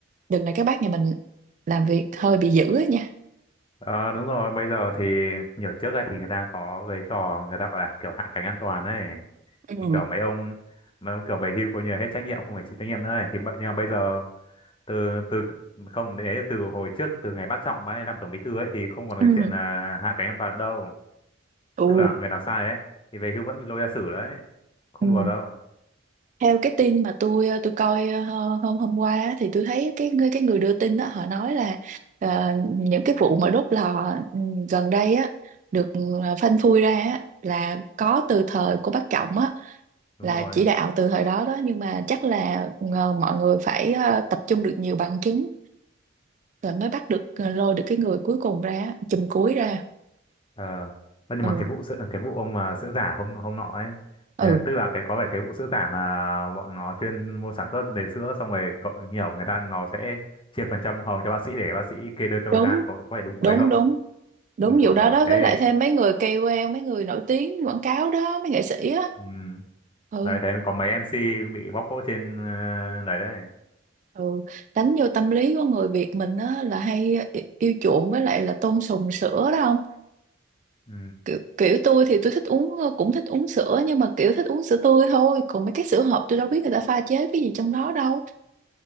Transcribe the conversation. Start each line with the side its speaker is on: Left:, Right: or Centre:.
Right: đợt này các bác nhà mình làm việc hơi bị dữ á nha
Left: ờ, đúng rồi bây giờ thì nhiều trước ấy thì người ta có cái trò người ta gọi là kiểu hạ cánh an toàn ấy
Right: ừ
Left: thì kiểu mấy ông mấy ông kiểu về hưu coi như là hết trách nhiệm không phải chịu trách nhiệm nữa ấy thì bây- nhưng mà bây giờ từ từ không đấy là từ hồi trước từ ngày bác Trọng ấy làm tổng bí thư ấy thì không còn cái
Right: ừ
Left: chuyện là hạ cánh an toàn nữa đâu
Right: ừ
Left: tức là người nào sai ấy thì về hưu vẫn bị lôi ra xử đấy không
Right: ừ
Left: đùa đâu
Right: theo cái tin mà tôi à, tôi coi à, hơ- hôm hôm qua á, thì tôi thấy cái người cái người đưa tin đó họ nói là ờ, những cái vụ mà đốt lò ừ, gần đây á được ờ, phanh phui ra á, là có từ thời của bác Trọng á
Left: đúng
Right: là
Left: rồi
Right: chỉ đạo từ thời đó đó nhưng mà chắc là ờ, mọi người phải ờ, tập trung được nhiều bằng chứng rồi mới bắt được ờ, lôi được cái người cuối cùng ra chùm cuối ra
Left: Ờ, ơ, nhưng
Right: ừ
Left: mà cái vụ sữa cái vụ ông mà sữa giả hôm hôm nọ ấy
Right: ừ
Left: ờ, tức là cái có phải cái vụ sữa giả mà bọn nó chuyên mua sản xuất để sữa xong rồi cậu- nhiều người ta nó sẽ chia phần trăm hồng cho bác sĩ để bác sĩ kê đơn cho
Right: đúng
Left: người ta có có phải đúng vụ
Right: đúng
Left: đấy không?
Right: đúng đúng
Left: Ôi trời
Right: vụ đó
Left: ơi
Right: đó
Left: thế
Right: với lại thêm mấy người KOL mấy người nổi tiếng quảng cáo đó mấy nghệ sĩ á
Left: ừ.
Right: ừ
Left: Đấy thế mới có mấy MC bị bóc phốt trên ờ, đấy đấy
Right: ừ đánh vô tâm lý của người Việt mình á là hay i- yêu chuộng với lại là tôn sùng sữa đó không
Left: ừ.
Right: kiểu, kiểu tôi thì tôi thích uống cũng thích uống sữa nhưng mà kiểu thích uống sữa tươi thôi còn mấy cái sữa hộp tôi đâu biết người ta pha chế cái gì trong đó đâu